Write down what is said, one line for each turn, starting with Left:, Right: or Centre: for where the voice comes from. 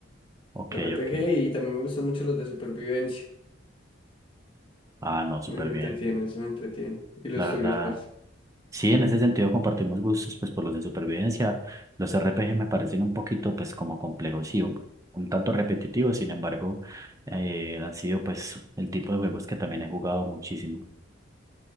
Right: Ok,
Left: RPG
Right: ok,
Left: y también me gustan mucho los de supervivencia.
Right: ah, no, súper
Left: Me, me
Right: bien,
Left: entretiene, eso me entretiene. Y los
Right: la verdad.
Left: tuyos, parce.
Right: Sí, en ese sentido compartimos gustos, pues por los de supervivencia. Los RPG me parecen un poquito, pues como complejos y un, un tanto repetitivos, sin embargo, eh, han sido pues el tipo de juegos que también he jugado muchísimo.